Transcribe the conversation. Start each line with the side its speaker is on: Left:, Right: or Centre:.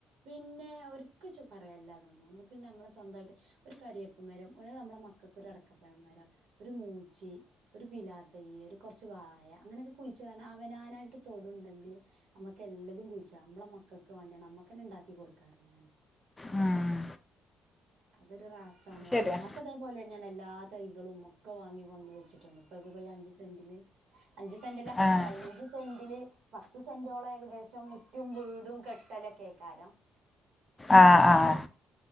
Right: പിന്നെ ഒരിക്കച്ചും പറയാനില്ലതൊന്നും നമുക്ക് പിന്നെ നമ്മളെ സ്വന്തായിട്ട് ഒരു കരിയപ്പ് മരം ഒരു നമ്മളെ മക്കൾക്ക് ഒരു അടക്കപ്പഴ മരം ഒരു മൂച്ചി ഒരു പിലാത്തൈ ഒരു കുറച്ച് വായ അങ്ങനെയൊക്കെ കുഴിച്ച അവനാനായിട്ട് തൊടുണ്ടെങ്കിൽ നമ്മക്ക്ല്ലതും കുഴിച്ച നമ്മളുടെ മക്കൾക്ക് വേണ്ടിയാണ് നമ്മ അക്കന ഉണ്ടാക്കി കൊടുക്കാറ് ഞാൻ
Left: ഉം
Right: അതൊരു റാഹ ത്താണ് പറയ്
Left: ശരിയാ
Right: ഞാൻപോ അതേപോലെ പിന്നെയാണ് എല്ലാ തൈകളും ഒക്കെ വാങ്ങി കൊണ്ട് വെച്ചിട്ടുണ്ട് ഇപ്പൊ അഞ്ചു സെന്റില് അഞ്ചു സെന്റ അല്ല
Left: ആഹ്
Right: പതിനഞ്ച് സെന്റില് പത്ത് സെന്റോളം ഏകദേശം മുറ്റും വീടും കെട്ടല കേക്കാരം
Left: ആ ആ